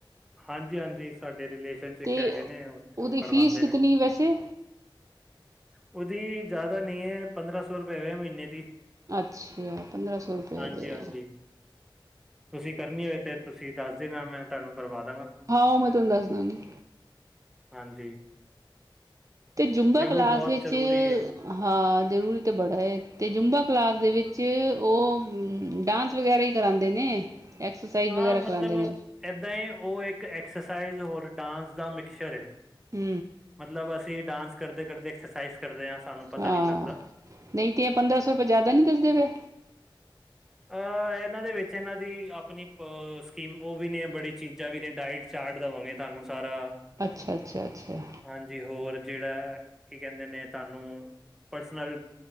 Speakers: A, in the centre; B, on the right.
A: ਹਾਂਜੀ ਹਾਂਜੀ, ਸਾਡੇ ਰਿਲੇਸ਼ਨ ਚ ਇੱਕ
B: ਤੇ
A: ਹੈਗੇ ਨੇ, ਉੱਥੇ
B: ਉਹਦੀ
A: ਉਹ ਕਰਵਾਉਦੇ
B: ਫੀਸ ਕਿਤਨੀ
A: ਨੇ।
B: ਵੈਸੇ
A: ਉਹਦੀ ਜ਼ਿਆਦਾ ਨਹੀਂ ਐ, ਪੰਦਰਾਂ ਸੌ ਰੁਪਏ ਹੋ ਮਹੀਨੇ ਦੀ।
B: ਅੱਛਾ ਪੰਦਰਾਂ ਸੌ ਰੁਪਏ
A: ਹਾਂਜੀ
B: ਵੇ।
A: ਹਾਂਜੀ ਤੁਸੀਂ ਕਰਨੀ ਹੋਏ ਤੇ ਤੁਸੀਂ ਦੱਸ ਦੇਣਾ, ਮੈਂ ਤੁਹਾਨੂੰ ਕਰਵਾ ਦਾਂਗਾ
B: ਹਾਂ, ਉਹ ਮੈਂ ਤੁਹਾਨੂੰ ਦੱਸ ਦਾਗੀ।
A: ਹਾਂਜੀ
B: ਤੇ ਜੂੰਬਾ
A: ਜੋ
B: ਕਲਾਸ
A: ਵੀ ਬਹੁਤ
B: ਵਿੱਚ,
A: ਜ਼ਰੂਰੀ ਹੈ
B: ਹਾਂ, ਜ਼ਰੂਰੀ ਤਾਂ ਬੜਾ ਐ, ਤੇ ਜੁੰਬਾ ਕਲਾਸ ਦੇ ਵਿੱਚ, ਔ ਡਾਂਸ ਵਗੈਰਾ ਹੀ ਕਰਾਉਂਦੇ ਨੇ। ਐਕਸਰਸਾਈਜ਼
A: ਆਹ
B: ਵਗੈਰਾ
A: ਮਤਲਬ
B: ਕਰਾਉਂਦੇ ਨੇ
A: ਏਦਾਂ ਹੀ, ਔ ਇੱਕ ਐਕਸਰਸਾਈਜ਼ ਹੋਰ ਡਾਂਸ ਦਾ ਮਿਕਚਰ ਐ।
B: ਹੂੰ
A: ਮਤਲਬ, ਅਸੀਂ ਡਾਂਸ ਕਰਦੇ ਕਰਦੇ ਐਕਸਰਸਾਈਜ਼ ਕਰਦੇ ਆ, ਸਾਨੂੰ ਪਤਾ
B: ਹਾਂ
A: ਨੀ ਲੱਗਦਾ।
B: ਨਹੀਂ ਤੇ ਇਹ ਪੰਦਰਾਂ ਸੌ ਰੁਪਏ ਜ਼ਿਆਦਾ ਨਹੀ ਦੱਸਦੇ ਪਏ?
A: ਅਹ ਇਹਨਾਂ ਦੇ ਵਿੱਚ ਇਹਨਾਂ ਦੀ ਆਪਣੀ ਪ ਸਕੀਮ, ਉਹ ਵੀ ਨੇ, ਬੜੀ ਚੀਜ਼ਾਂ ਵੀ ਨੇ ਡਾਇਟ ਚ ਕਟ ਦੇਵਾਂਗੇ ਤੁਹਾਨੂੰ ਸਾਰਾ,
B: ਅੱਛਾ ਅੱਛਾ ਅੱਛਾ
A: ਹਾਂਜੀ ਹੋਰ ਜਿਹੜਾ ਕੀ ਕਹਿੰਦੇ ਨੇ, ਤੁਹਾਨੂੰ ਪਰਸਨਲ